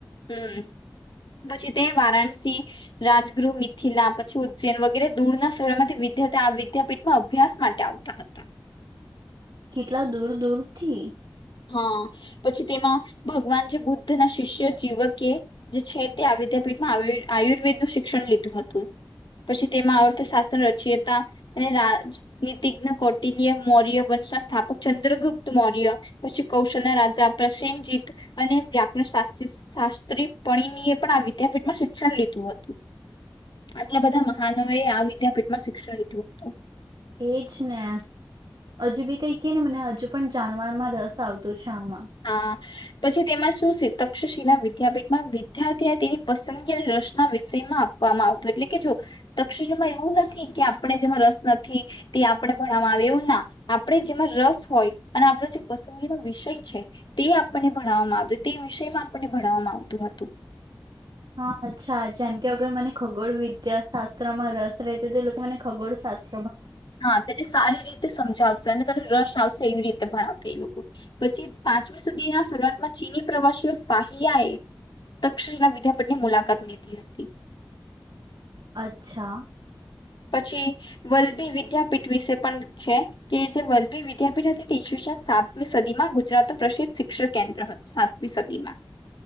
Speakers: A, on the left; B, on the right.
A: હમ પછી તે વારાણસી રાજગૃહ મિથિલા પછી ઉજ્જૈન વગેરે દૂરના શહેરોમાંથી વિદ્યાર્થી આ વિદ્યાપીઠમાં અભ્યાસ માટે આવતા હતા
B: કેટલા દૂર દૂરથી
A: હા પછી તેમાં ભગવાન જે બુદ્ધના શિષ્ય જીવકે જે છે તે વિદ્યાપીઠમાં આયુર્વેદ નું શિક્ષણ લીધું હતું પછી તેમાં અર્થશાસ્ત્ર રચયતા અને રાજનીતિજ્ઞ કૌટિલ્ય મૌર્ય વંશના સ્થાપક ચંદ્રગુપ્ત મૌર્ય પછી કૌશલના રાજા પ્રસેનજીત અને વ્યાકરણ શાસ્ત્રી પરણીિનીએ પણ આ વિદ્યાપીઠમાં શિક્ષણ લીધું હતું આટલા બધા મહનો એ આ વિદ્યાપીઠ માં શિક્ષ રીથી વસ્ત તો
B: એજ ને હજુ બી કઈ ક ને મને હજુ પણ જાણવામાં રસ આવતો છે આમાં
A: હા પછી તેમાં શું છે તક્ષશિલા વિદ્યાપીઠમાં વિદ્યાર્થીને તેની પસંદગી અને રસના વિષયમાં આપવામાં આવતો એટલે કે જો તક્ષશિલામાં એવું નથી કે આપણે જેમાં રસ નથી તે આપણે ભણવામાં આવે એવું ના આપણે જેમાં રસ હોય અને આપણે જે પસંદગીનો વિષય છે તે આપણને ભણાવવામાં આવતું હત તે વિષયમાં આપણને ભણાવવામાં આવતું હતું
B: હા અચ્છા જેમ કે અગર મને ખગોળ વિદ્યા શાસ્ત્ર માં રસ રહે છે તો લોકો મને ખગોળ શાસ્
A: હા તેને સારી રીતે સમજાવશે ત રસ આવશે એવી રીતે ભણાવતા એ લોકો પછી પાંચમી સદીના શરૂઆતમાં ચીની પ્રવાસીઓ શાહયાએ તક્ષના વિદ્યાપઠની મુલાકાત લીધી હતી
B: અચ્છા
A: પછી. વલભી વિદ્યાપીઠ વિશે પણ છે, કે જે વલ્ભી વિદ્યાપીઠ હતી તેસવી સાતમી સદીમાં ગુજરાત ન પ્રસિદ્ધ શિક્ષણ કેન્દ્ર હતું સાતમી સદીમાં